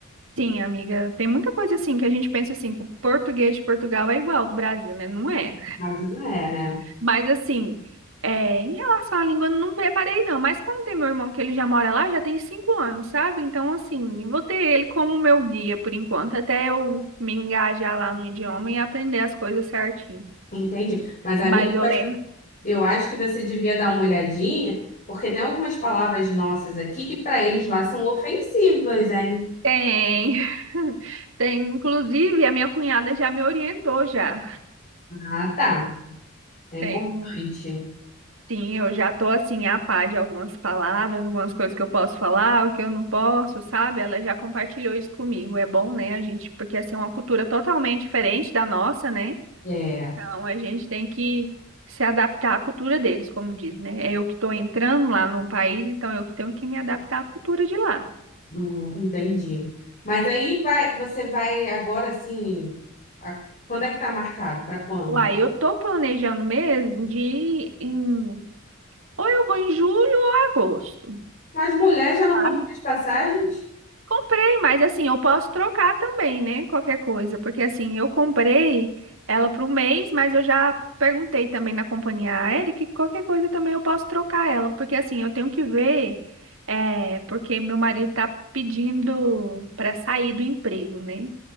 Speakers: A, on the right; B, on the left.
A: Sim, amiga, tem muita coisa assim que a gente pensa assim, que o português de Portugal é igual ao do Brasil, né? Não é.
B: Mas não é, né?
A: Mas assim, é, em relação à língua, eu não preparei não. Mas como tem meu irmão que ele já mora lá, já tem cinco anos, sabe? Então, assim, eu vou ter ele como meu guia por enquanto, até eu me engajar lá no idioma e aprender as coisas certinho.
B: Entendi. Mas, amigo,
A: Mas eu
B: eu acho
A: lembro.
B: eu acho que você devia dar uma olhadinha, porque tem algumas palavras nossas aqui que para eles lá são ofensivas, hein?
A: Tem. <laughs> Tem, inclusive, a minha cunhada já me orientou já.
B: Ah, tá. É importante.
A: Tem Sim, eu já tô assim a par de algumas palavras, algumas coisas que eu posso falar, o que eu não posso, sabe? Ela já compartilhou isso comigo. É bom, né? A gente, porque assim é uma cultura totalmente diferente da nossa, né?
B: É,
A: Então a gente tem que se adaptar à cultura deles, como diz, né? É eu que tô entrando lá num país, então eu que tenho que me adaptar à cultura de lá.
B: hum, entendi. Mas aí vai, você vai agora, assim, a- quando é que tá marcado? Para quando?
A: Uai, eu tô planejando mesmo de ir em... ou eu vou em julho ou agosto,
B: Mas mulher já não
A: sabe?
B: comprou as passagens?
A: Comprei, mas assim, eu posso trocar também, né? Qualquer coisa, porque assim, eu comprei ela para um mês, mas eu já perguntei também na companhia aérea que qualquer coisa também eu posso trocar ela, porque assim, eu tenho que ver, é, porque meu marido tá pedindo para sair do emprego, né?